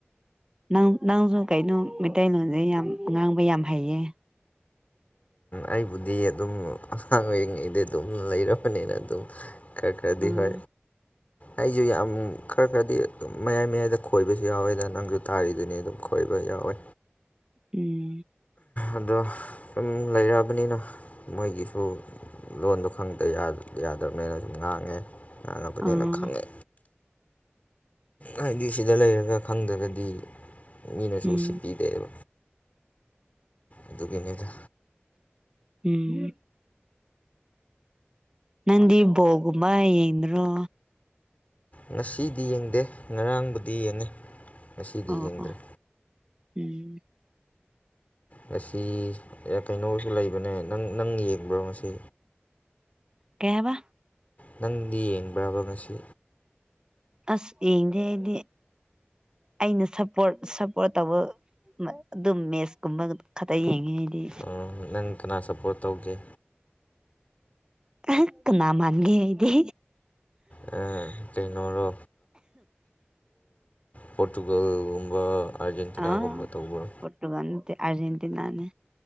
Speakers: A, on the right; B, on the left.
A: ꯅꯪ ꯅꯪꯁꯨ ꯀꯩꯅꯣ ꯃꯩꯇꯩꯂꯣꯟꯁꯦ ꯌꯥꯝ ꯉꯥꯡꯕ ꯌꯥꯝ ꯍꯩꯌꯦ
B: ꯑꯩꯕꯨꯗꯤ ꯑꯗꯨꯝ ꯑꯉꯥꯡ ꯑꯣꯏꯔꯤꯉꯩꯗꯤ ꯑꯗꯨꯝ ꯂꯩꯔꯕꯅꯤꯅ ꯑꯗꯨꯝ ꯀꯀ ꯔꯦꯗꯤ
A: ꯎꯝ
B: ꯍ ꯑꯩꯁꯨ ꯌꯥꯝ ꯈꯔ ꯈꯔꯗꯤ ꯃꯌꯥꯏ ꯃꯌꯥꯏꯗ ꯈꯣꯏꯕꯁꯨ ꯌꯥꯎꯋꯦꯗ ꯅꯪꯁꯨ ꯇꯥꯔꯤꯗꯨꯅꯤ ꯑꯗꯨꯝ ꯈꯣꯏꯕ ꯌꯥꯎꯋꯦ
A: ꯎꯝ
B: ꯑꯗꯣ ꯁꯨꯝ ꯂꯩꯔꯛꯑꯕꯅꯤꯅ ꯃꯣꯏꯒꯤꯁꯨ ꯂꯣꯟꯗꯣ ꯈꯪꯗ ꯌꯥꯗꯕꯅꯤꯅ ꯉꯥꯡꯉꯦ ꯉꯥꯡꯉꯕꯅꯤꯅ
A: ꯑꯥ
B: ꯈꯪꯉꯦ ꯍꯥꯏꯗꯤ ꯁꯤꯗ ꯂꯩꯔꯒ ꯈꯪꯗ꯭ꯔꯒꯗꯤ ꯃꯤꯅꯁꯨ
A: ꯎꯝ
B: ꯎꯁꯤꯠꯄꯤꯗꯦꯕ ꯑꯗꯨꯒꯤꯅꯤꯗ
A: ꯎꯝ ꯅꯪꯗꯤ ꯕꯣꯜ ꯒꯨꯝꯕ ꯌꯦꯡꯗꯔꯣ
B: ꯉꯁꯤꯗꯤ ꯌꯦꯡꯗꯦ ꯉꯔꯥꯡꯕꯨꯗꯤ ꯌꯦꯡꯉꯤ ꯉꯁꯤꯗꯤ
A: ꯑꯣ
B: ꯌꯦꯡꯗ꯭ꯔꯦ
A: ꯑꯣ ꯎꯝ
B: ꯉꯁꯤ ꯑꯦ ꯀꯩꯅꯣꯒꯤꯁꯨ ꯂꯩꯕꯅꯦ ꯅꯪ ꯅꯪ ꯌꯦꯡꯕ꯭ꯔꯣ ꯉꯁꯤ
A: ꯀꯩ ꯍꯥꯢꯕ
B: ꯅꯪꯗꯤ ꯌꯦꯡꯕ꯭ꯔꯕ ꯉꯁꯤ
A: ꯑꯁ ꯌꯦꯡꯗꯦ ꯑꯩꯗꯤ ꯑꯩꯅ ꯁꯞꯄꯣꯔꯠ ꯁꯞ ꯄꯨꯔ ꯇꯧꯕ ꯑꯗꯨꯝ ꯃꯦꯁ ꯀꯨꯝꯕ ꯈꯛꯇ ꯌꯦꯡꯉꯦ ꯑꯩꯗꯤ
B: ꯎꯝ ꯅꯪ ꯀꯅꯥ ꯁꯞꯄꯣꯔꯠ ꯇꯧꯒꯦ
A: ꯑꯍ ꯀꯅꯥ ꯃꯥꯟꯒꯦ ꯑꯩꯗꯤ
B: ꯑ ꯀꯩꯅꯔꯣ ꯄꯣꯔꯇꯨꯒꯜꯒꯨꯝꯕ ꯑꯥꯔꯖꯦꯟꯇꯤꯅꯥꯒꯨꯝꯕ
A: ꯑ
B: ꯇꯧꯕ꯭ꯔꯣ
A: ꯄꯣꯔꯇꯨꯒꯟ ꯅꯠꯇꯦ ꯑꯔꯖꯦꯟꯇꯤꯅꯥꯅꯦ